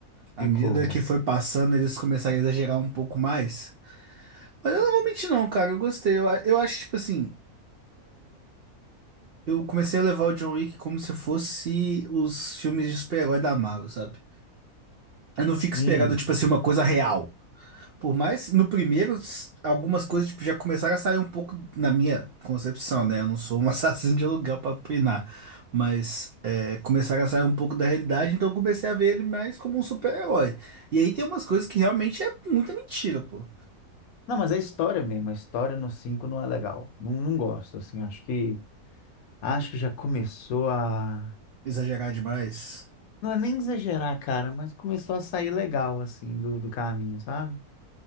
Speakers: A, on the right; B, on the left.
A: À
B: Ficou.
A: medida que foi passando, eles começaram a exagerar um pouco mais. Mas eu não vou mentir, não, cara. Eu gostei. Eu, a- eu acho, tipo assim, eu comecei a levar o John Wick como se fosse os filmes de super-herói da Marvel, sabe? Eu não fico
B: Hum.
A: esperando, tipo assim, uma coisa real. Por mais no primeiro, s- algumas coisas tipo, já começaram a sair um pouco na minha concepção, né? Eu não sou um <laughs> assassino de aluguel para opinar, mas é, começaram a sair um pouco da realidade, então eu comecei a ver ele mais como um super-herói. E aí tem umas coisas que realmente é muita mentira, pô.
B: Não, mas é história mesmo. A história no 5 não é legal. Não, não gosto, assim. Acho que Acho que já começou a.
A: Exagerar demais.
B: Não é nem exagerar, cara, mas começou a sair legal, assim, do, do caminho, sabe?